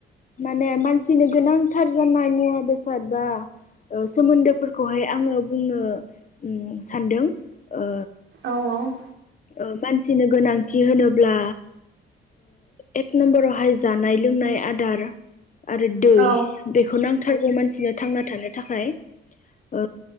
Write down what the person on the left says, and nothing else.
माने मानसिनो गोनांथार जानाय मुवा बेसाद बा सोमोन्दोफोरखौहाय आंङो बुंनो सानदों ओ
ओ मानसिनो गोनांथि होनोब्ला एक नम्बरावहाय जानाय लोंनाय आदार आरो दै
बेखौ नांथारगौ मानसिनो थांना थानो थाखाय ओ